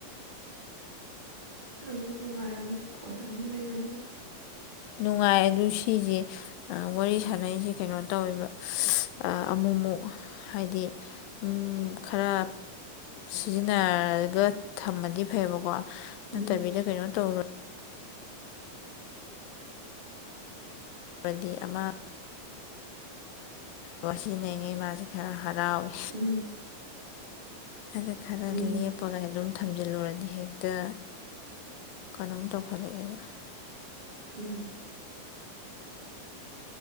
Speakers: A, on the right; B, on the left.
A: ꯅꯪ ꯅꯨꯡꯉꯥꯏꯔꯝꯅꯤ ꯐꯣꯟ ꯑꯅꯤ ꯂꯩꯕꯅꯤꯅ
B: ꯅꯨꯡꯉꯥꯏ ꯑꯗꯨ ꯁꯤꯖꯦ ꯋꯥꯔꯤ ꯁꯥꯟꯅꯩꯁꯦ ꯀꯩꯅꯣ ꯇꯧꯋꯦꯕ ꯑꯃꯨꯛ ꯑꯃꯨꯛ ꯍꯥꯏꯗꯤ ꯎꯝ ꯈꯔ ꯁꯤꯖꯤꯟꯅꯔꯒ ꯊꯝꯃꯗꯤ ꯐꯩꯌꯦꯕꯀꯣ ꯅꯠꯇꯕꯤꯗ
A: ꯎꯝ
B: ꯀꯩꯅꯣ ꯇꯧꯔ ꯕꯗꯤ ꯑꯃ ꯋꯥꯁꯤ ꯅꯩꯉꯤ ꯃꯥꯁꯦ ꯈꯔ ꯍꯔꯥꯎ ꯋꯤ
A: ꯎꯝ
B: ꯑꯗꯨ ꯈꯔ
A: ꯎꯝ
B: ꯂꯦꯞꯄꯒ ꯑꯗꯨꯝ ꯊꯝꯖꯤꯜꯂꯨꯔꯗꯤ ꯍꯦꯛꯇ ꯀꯩꯅꯣꯝ ꯇꯧꯈꯠꯂꯛꯑꯦꯕ
A: ꯎꯝ